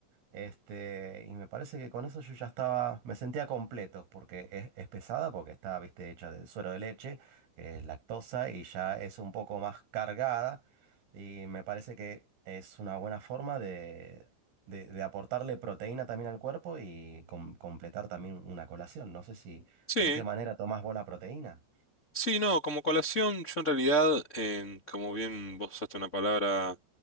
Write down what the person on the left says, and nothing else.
Sí,
sí, no, como colación, yo en realidad, em, como bien vos usaste una palabra